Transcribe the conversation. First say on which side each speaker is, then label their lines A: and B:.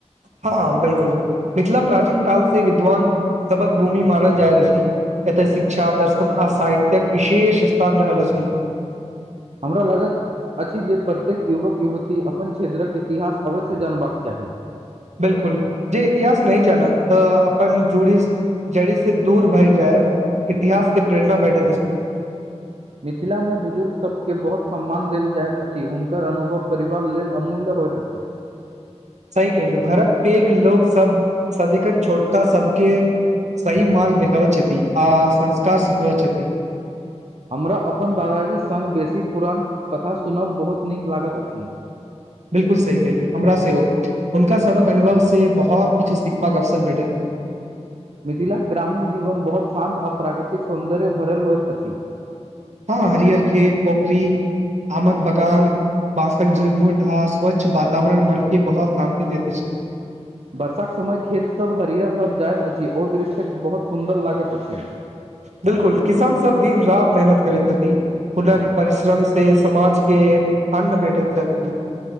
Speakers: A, on the right (about 80°); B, on the right (about 60°).
A: हँ हा बिलकुल मिथिला प्राचीन काल से विद्वान सभक भूमि मानल जायत अछी एतय शिक्षा दर्शन आ साहित्यक विशेष स्थान रहल अछि
B: हमरा लागत अछि जे प्रत्येक युवक युवती अपन क्षेत्रक इतिहास अवश्य जानबाक चाही
A: बिलकुल जे इतिहास नहि जानब तऽ अपन जूड़ी जड़ी से दूर भरि जायब इतिहास से प्रेरणा भेठैत
B: मिथिला मे बुजुर्ग सबकेँ बहुत सम्मान देल जाइत अछि हुनकर अनुभव परिवार लेल अमूल्य होइत अछि
A: सही केलिय घरक पेघ लोक सब सदिखन छोटका सबके सही मार्ग देखाबै छथि आ संस्कार सिखबै छथि
B: हमरा अपन दादाजी संग बेसी पुरान कथा सुनब बहुत नीक लागैत अछि
A: बिलकुल सही केलियो हमरा सेहो हुनका सबहक अनुभव से बहुत किछु सिखबाक अवसर भेटत
B: मिथिलाक ग्रामीण जीवन बहुत शान्त आ प्राकृतिक सौंन्दर्य भरल होइत अछि
A: हँ हरियर खेत पोखरी आमक बगान बांसक झुुरमुट आ स्वच्छ वातावरण मन के बहुत शांति देैत अछि
B: वर्षाक समय खेत सभ हरियर भर जाइत अछि ओ दृश्य बहुत सुन्दर लागैत अछि
A: बिलकुल किसान सभ दिन राति मेहनत करै छथि हुनक परिश्रम से समाज के अन्न बैठेत्व छथि